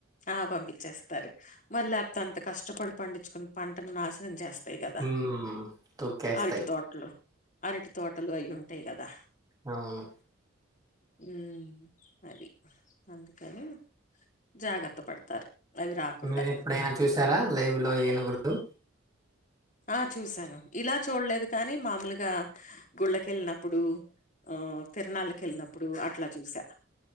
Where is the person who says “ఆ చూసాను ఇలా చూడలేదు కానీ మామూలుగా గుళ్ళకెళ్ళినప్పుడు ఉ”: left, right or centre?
Left